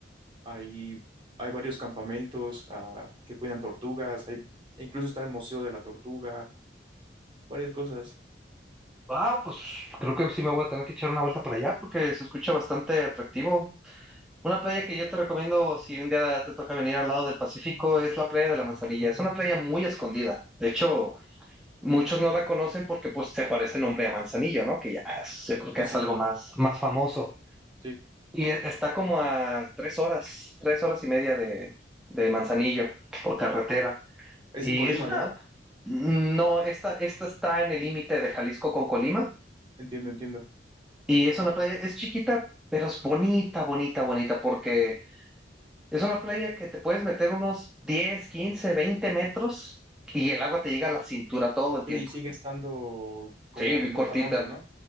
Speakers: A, on the right; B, in the centre.
A: Hay, hay varios campamentos ah, que cuidan tortugas. Hay, incluso está el Museo de la Tortuga. Varias cosas.
B: Ah, pues creo que sí me voy a tener que echar una vuelta para allá porque se escucha bastante atractivo. Una playa que yo te recomiendo si un día te toca venir al lado del Pacífico es la playa de la Manzanilla. Es una playa muy escondida. De hecho, muchos no la conocen porque pues se parece el nombre a Manzanillo, ¿no? Que ya es- yo creo que
A: Sí,
B: es
A: sí,
B: algo más, más famoso.
A: sí.
B: Y e- está como a tres horas, tres horas y media de, de Manzanillo por carretera.
A: Es
B: Y
A: en Colima,
B: es una...
A: ¿no?
B: No, esta, esta está en el límite de Jalisco con Colima.
A: Entiendo, entiendo.
B: Y es una playa, es chiquita, pero es bonita, bonita, bonita porque... Es una playa que te puedes meter unos 10, 15, 20 metros y el agua te llega a la cintura todo el tiempo.
A: Sí, sigue estando como
B: Sí, vi
A: no
B: cortita.
A: tan hondo, ¿no?